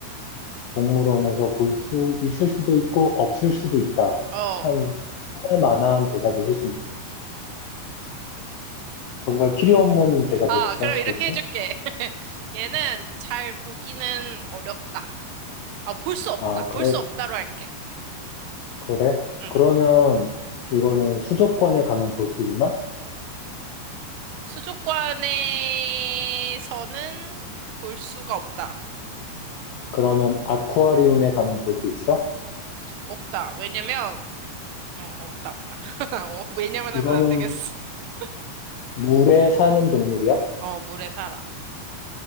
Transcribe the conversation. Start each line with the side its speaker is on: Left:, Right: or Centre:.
Left: 동물원에서 볼 수 있을 수도 있고 없을 수도 있다.
Right: 어.
Left: 참 하나만한 대답을 해주네. 정말 필요 없는 대답이었어.
Right: 아, 그럼 이렇게
Left: 그렇지?
Right: 해줄게. <laughs> 얘는
Left: 어,
Right: 잘 보기는 어렵다. 아, 볼 수 없다.
Left: 아,
Right: 볼
Left: 그래,
Right: 수 없다로 할게. 응.
Left: 그래.
Right: 응, 응,
Left: 그러면
Right: 응.
Left: 이거는 수족관에 가면 볼 수 있나?
Right: 수족관에서는 볼 수가 없다.
Left: 그러면 아쿠아리움에 가면 볼 수 있어?
Right: 없다. 왜냐면, 어, 없다, 없다. <laughs> 어, 왜냐면
Left: 이거는
Right: 하면 안 되겠어. <laughs>
Left: 물에 사는 동물이야?
Right: 어, 물에 살아.